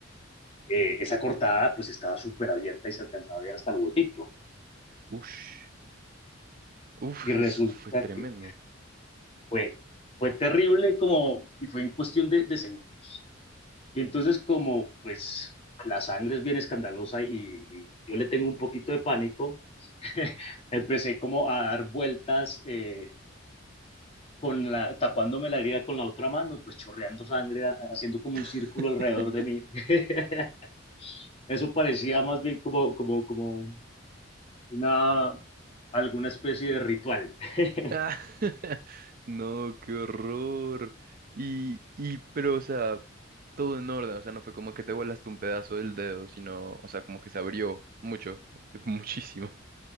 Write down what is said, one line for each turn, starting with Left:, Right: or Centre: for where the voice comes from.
Left: eh, esa cortada, pues estaba súper abierta y se alcanzaba a ver hasta el huesito.
Right: Ush. Uf,
Left: Y resulta
Right: eso fue tremendo.
Left: que fue, fue terrible como, y fue en cuestión de, de segundos. Y entonces como pues la sangre es bien escandalosa y, y yo le tengo un poquito de pánico, <laughs> empecé como a dar vueltas. eh, con la, tapándome la herida con la otra mano, pues chorreando sangre, a- haciendo como
Right: <laughs>
Left: un círculo alrededor de mí. <laughs> Eso parecía más bien como, como, como una, alguna especie de ritual. <laughs>
Right: Ah, <laughs> No, qué horror. Y, y, pero, o sea, todo en orden, o sea, no fue como que te volaste un pedazo del dedo, sino, o sea, como que se abrió mucho, <laughs> muchísimo.